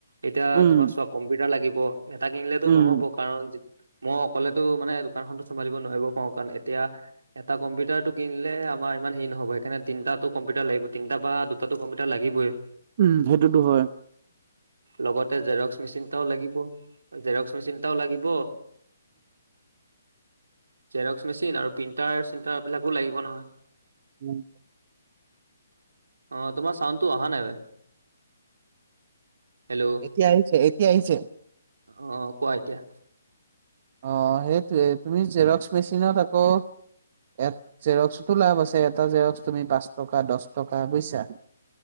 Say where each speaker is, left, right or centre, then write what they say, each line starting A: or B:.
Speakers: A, on the right; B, on the right.
A: এতিয়া
B: উম
A: তোমাক চোৱা কম্পিউটাৰ লাগিব, এটা কিনিলেতো
B: উম
A: নহ'ব কাৰণ মই অকলেতো মানে দোকানখনতো চমভালিব নোৱাৰিব পাৰো কাৰণ এতিয়া এটা কম্পিউটাৰটো কিনিলে আমাৰ ইমান হেৰি নহব সেইকাৰণে তিনটা কম্পিউটাৰ লাগিব, তিনটা বা দুটাতো কম্পিউটাৰ লাগিবই।
B: উম সেইটোতো হয়।
A: লগতে জেৰক্স মেচিনটাও লাগিব। জেৰক্স মেচিন এটাও লাগিব জেৰক্স মেচিন আৰু প্ৰিন্টাৰ -চিন্টাৰ বিলাকো লাগিব নহয়।
B: উম।
A: আহ তোমাৰ চাউণ্ডটো অহা নাই? হেল্ল'
B: এতিয়া আহিছে এতিয়া আহিছে।
A: অ কোৱা এতিয়া?
B: অ সেইটোৱে তুমি জেৰক্স মেচিনত আকৌ এ জেৰক্সতো লাভ আছে, এটা জেৰক্স তুমি পাঁচ টকা দছ টকা বুজিছা?